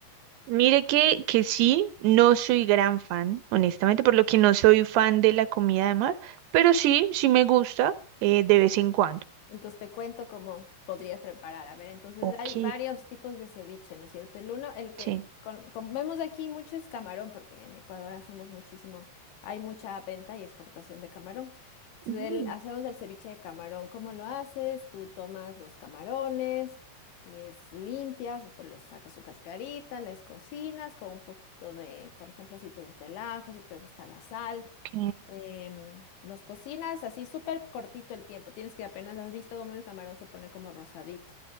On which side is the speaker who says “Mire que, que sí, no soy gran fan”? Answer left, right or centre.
Right